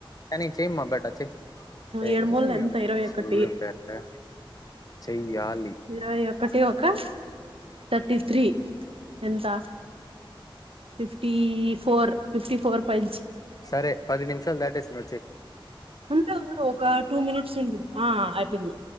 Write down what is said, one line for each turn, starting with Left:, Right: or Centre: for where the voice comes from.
Left: కానీ చేమ్మా బేటా చేయ్
Right: ఏడు
Left: <unintelligible>
Right: మూలు ఎంత ఇరవై ఒకటి
Left: చెయ్యు బేటా చెయ్యాలి
Right: ఇరవై ఒకటి ఒక థర్టీ త్రీ ఎంత fifty four fifty four five
Left: సరే పది నిమిషాలు దాటేసిం
Right: <unintelligible> ఒక టూ మినిట్స్ అని జెప్ ఆ అయిపోయింది